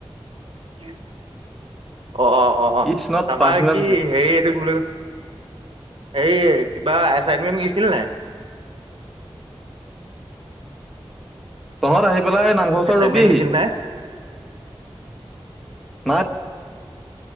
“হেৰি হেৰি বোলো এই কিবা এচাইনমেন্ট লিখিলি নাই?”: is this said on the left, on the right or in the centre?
Right